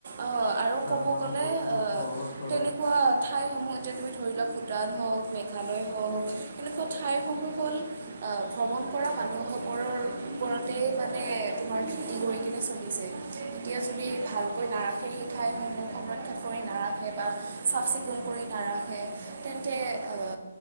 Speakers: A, on the right; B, on the left.
A: অ আৰু
B: তাৰ
A: ক'ব
B: মানুহ
A: গ'লে
B: বোৰ
A: অ
B: বহুত সহজ সৰল
A: তেনেকুৱা ঠাইসমূহ যেতিয়া তুমি ধৰি লোৱা ভূটান হওক মেঘালয় হওক এনেকুৱা ঠাইসমূহ হ'ল আহ ভ্ৰমণ কৰা মানুহসকলৰ ওপৰতে মানে তোমাৰ ধুতি কৰি কিনে চলি যায়। এতিয়া যদি ভাল নাৰাখে সেই ঠাইসমূহ সংৰক্ষন কৰি নাৰাখে বা চাফ চিকুণ কৰি নাৰাখে তেন্তে অ